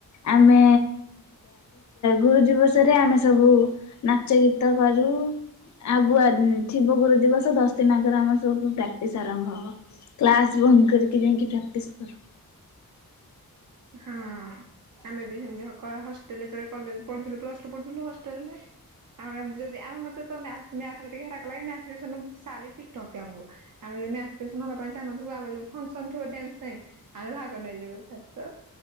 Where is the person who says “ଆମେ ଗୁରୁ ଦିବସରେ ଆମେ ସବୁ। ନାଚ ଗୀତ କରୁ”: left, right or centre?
Left